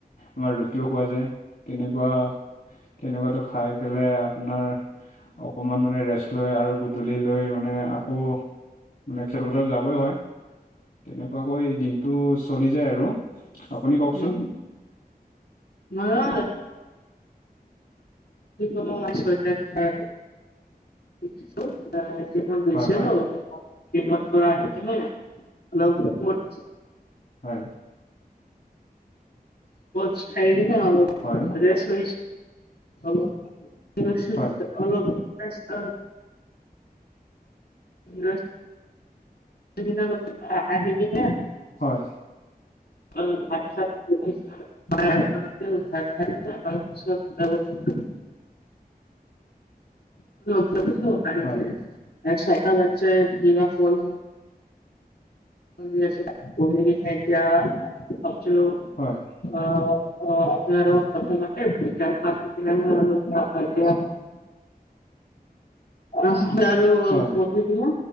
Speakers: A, on the left; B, on the left.
A: আমাৰ ৰুটিও খোৱা যায়, তেনেকুৱা তেনেকুৱাটো খাই পেলাই আপোনাৰ অকণমান মানে ৰেষ্ট লৈ আৰু গধূলি লৈ মানে আকৌ মানে খেলপথাৰ যাবই হয়, তেনেকুৱাকৈ দিনটো চলি যায় আৰু। আপুনি কওকচোন
B: উম, মইয়ো <inaudible> টো অ জিমত গৈছিলোঁ। জিমৰ
A: হয় হয়
B: পৰা আহি কিনে, অলপ কৰ্চ
A: হয়।
B: বুলটচ খাই কিনে অলপ
A: হয়
B: ৰেষ্ট লৈ <inaudible>
A: হয়
B: ৰেষ্ট কিনে অলপ আ আহি কিনে
A: হয়।
B: <unintelligible> <inaudible> <inaudible>
A: হয়
B: <inaudible>
A: হয়।
B: <inaudible> অঁ আৰু
A: হয়
B: পঢ়ি কিনে